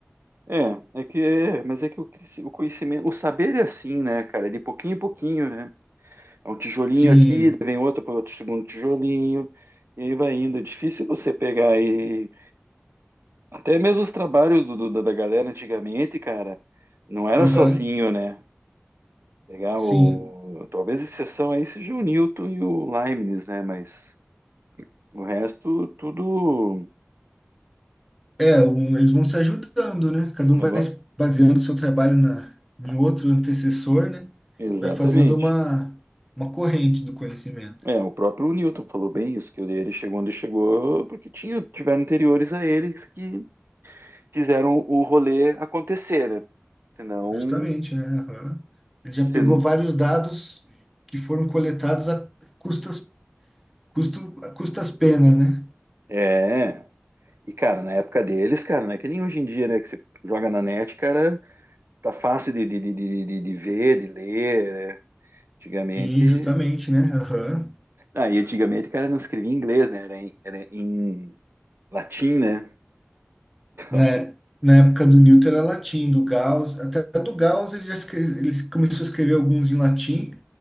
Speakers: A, on the right; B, in the centre.
A: é, é que é, mas é que o, cresci- o conhecimento, o saber é assim, né, cara? É de pouquinho em pouquinho, né? É um tijolinho
B: Sim,
A: aqui, daí vem outro para outro segundo tijolinho, e aí vai indo. É difícil você pegar e. Até mesmo os trabalhos do, do- da galera antigamente, cara, não era
B: aham,
A: sozinho, né? Pegar
B: sim.
A: o. Talvez exceção aí seja o Newton e o Leibniz, né? Mas. O resto, tudo.
B: É, um- eles vão se ajudando, né? Cada
A: é
B: um vai
A: va-
B: baseando o seu trabalho na, no outro antecessor, né?
A: Exatamente.
B: Vai fazendo uma, uma corrente do conhecimento.
A: É, o próprio Newton falou bem isso, que ele chegou onde chegou, porque tinha, tiveram anteriores a eles que fizeram o rolê acontecer, né? Senão.
B: Justamente, né? Aham. Ele
A: Se...
B: já pegou vários dados que foram coletados a custas, custo, a custas penas, né?
A: É. E, cara, na época deles, cara, não é que nem hoje em dia, né? Que você joga na net, cara, tá fácil de, de, de, de, de de ver, de ler. né? Antigamente.
B: Sim, justamente, né? Aham.
A: Ah, e antigamente, cara, não escrevia em inglês, né? Era em, era em latim, né? <laughs>
B: Na,
A: Nossa.
B: na época do Newton era latim, do Gauss, até do Gauss ele já escreve, ele começou a escrever alguns em latim,